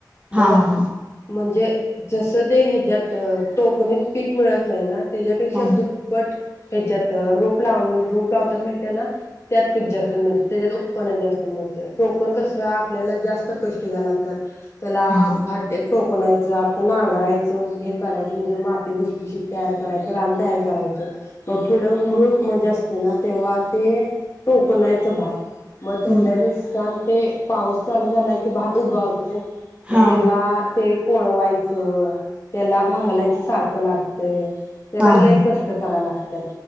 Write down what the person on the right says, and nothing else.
हां हां
हां
हां
हं,
हां
हां
हां